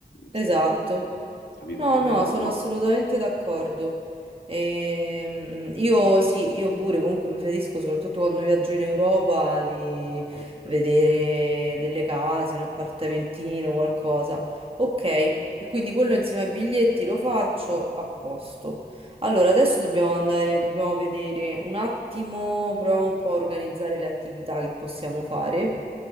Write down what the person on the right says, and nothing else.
Esatto.
No,
no,
sono assolutamente d'accordo. Ehm, io sì, io pure comunque preferisco, soprattutto quando viaggio in Europa, di
vedere delle case, un appartamentino, qualcosa. Ok, e quindi quello insieme ai biglietti lo faccio a posto. Allora, adesso dobbiamo andare, dobbiamo vedere un attimo, proviamo un po' a organizzare le attività che possiamo fare.